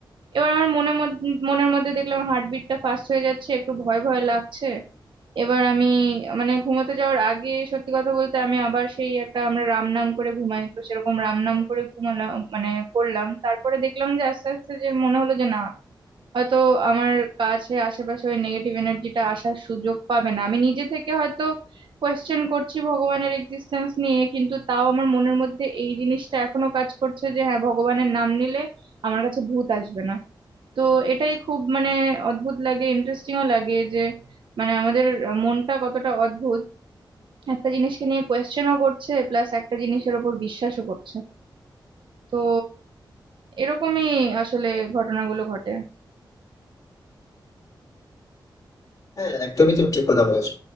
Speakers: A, on the right; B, on the left.
A: এবার আমার মনের মধ্যে মনের মধ্যে দেখলাম হার্টবিটটা ফাস্ট হয়ে যাচ্ছে একটু ভয় ভয় লাগছে এবার আমি মানে ঘুমোতে যাওয়ার আগে সত্যি কথা বলতে আমি আবার সেই একটা আমরা রাম নাম করে ঘুমাই তো সেরকম রাম নাম করে ঘুমালাম মানে করলাম তারপরে দেখলাম যে আস্তে আস্তে যে মনে হলো যে না হয়তো আমার কাছে আশেপাশে ওই নেগেটিভ এনার্জিটা আসার সুযোগ পাবে না আমি নিজে থেকে হয়তো কোয়েশ্চেন করছি ভগবানের এক্সিস্টেন্স নিয়ে কিন্তু তাও আমার মনের মধ্যে এই জিনিসটা এখনো কাজ করছে যে হ্যাঁ ভগবানের নাম নিলে আমার কাছে ভূত আসবে না তো এটাই খুব মানে অদ্ভুত লাগে ইন্টারেস্টিংও লাগে যে মানে আমাদের মনটা কতটা অদ্ভুত একটা জিনিসকে নিয়ে কোয়েশ্চেনও করছে প্লাস একটা জিনিসের ওপর বিশ্বাসও করছে তো এরকমই আসলে ঘটনাগুলো ঘটে
B: হ্যাঁ একদমই তুমি ঠিক কথা বলেছো